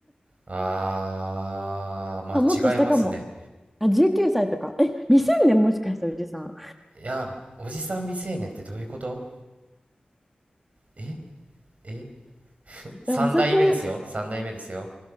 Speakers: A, on the right (about 55°); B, in the centre.
A: あー、まあ、
B: あ、もっと下かも。
A: 違いますね。
B: あ、19歳とか。え、未成年もしかしておじさん。
A: いや、おじさん未成年ってどういうことええ ?3
B: でもお酒
A: 代目ですよ。3代目ですよ。